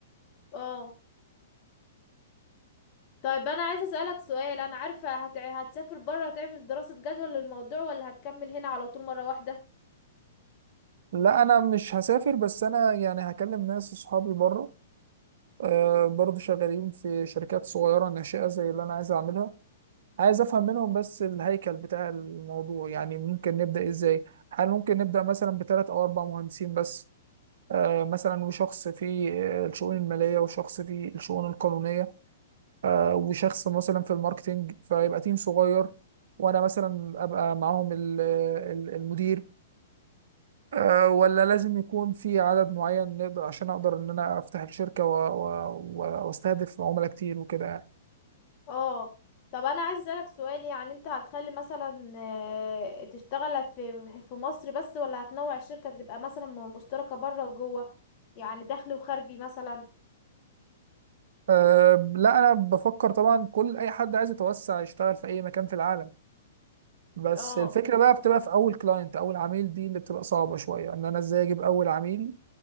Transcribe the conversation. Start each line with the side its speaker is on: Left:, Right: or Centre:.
Left: اه طيب انا عايزه اسالك سؤال انا عارفه هت... هتسافر بره تعمل دراسه جدوى للموضوع ولا هتكمل هنا على طول مره واحده
Right: لا انا مش هسافر بس انا يعني هكلم ناس اصحابي بره آه، برضو شغالين في شركات صغيرة ناشئة زي اللي انا عايز اعملها عايز افهم منهم بس الهيكل بتاع الموضوع يعني ممكن نبدأ ازاي هل ممكن نبدأ مثلا بثلاث او اربع مهندسين بس آه، مثلا وشخص في آه، الشؤون المالية وشخص في الشؤون القانونية آه، وشخص مثلا في الماركتينج فيبقى تيم صغير وأنا مثلا أبقى معاهم ال- ال- المدير آه، ولا لازم يكون في عدد معين نقدر عشان أقدر إن أنا أفتح الشركة و- و- و- وأستهدف عملاء كتير وكده يعني
Left: اه طب انا عايز اسالك سؤال يعني انت هتخلي مثلا آه، تشتغل في في مصر بس ولا هتنوع الشركه تبقى مثلا م- مشتركه بره وجوه يعني داخلي وخارجي مثلا
Right: آه، لا أنا بفكر طبعا كل أي حد عايز يتوسع يشتغل في أي مكان في العالم بس
Left: اه
Right: الفكرة بقى بتبقى في أول كلاينت أول عميل دي اللي بتبقى صعبة شوية إن أنا إزاي أجيب أول عميل